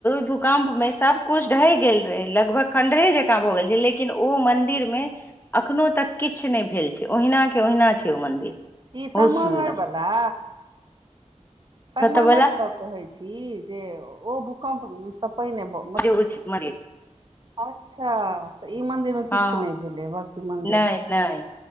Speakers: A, on the left (about 15°); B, on the right (about 40°).
A: भूकम्प में सब कुछ ढहि गेल रहैय लगभग खं्डरे जका भऽ गेल छैय लेकिन ओ मंदिर मे। अखनो तक किछ नइ भेल छैय ओहिना के ओहिना छैय ओ मंदिर।
B: ई
A: बहुत
B: संगमरमर
A: सुन्दर
B: बला। संगमरमर
A: कतऽ बला
B: दऽ कहैय छी जे ओ भूकम्प स पहिने भ।
A: जेहो छैय मरी।
B: अच्छा तऽ ई मंदिर मे किछ
A: हँ
B: नइ भेलैय बकि मन्दिर।
A: नहि नहि